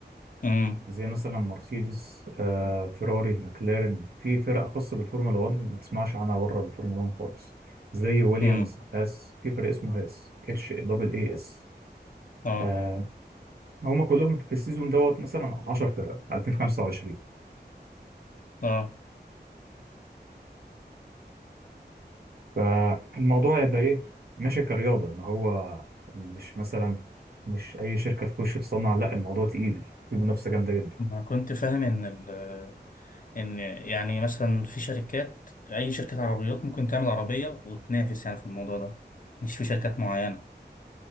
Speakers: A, on the left (about 50°); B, on the right (about 60°).
A: امم
B: زي مثلا مرسيدس آه، فيراري مclaren في فرق خاصة بالفورمولا 1 ما تسمعش عنها بره الفورمولا 1 خالص زي ويليامز
A: امم
B: هاس في فرق اسمه هاس اتش دبل اي اس
A: اه
B: آه هم كلهم في السيزون دوت مثلا 10 فرق 2025
A: اه
B: فالموضوع يبقى ايه ماشي كرياضة ان هو مش مثلا مش اي شركة تخش تصنع لا الموضوع تقيل في منافسة جامدة جدا
A: أنا كنت فاهم إن ال ان يعني مثلا في شركات اي شركة عربيات ممكن تعمل عربية وتنافس يعني في الموضوع ده مش في شركات معينة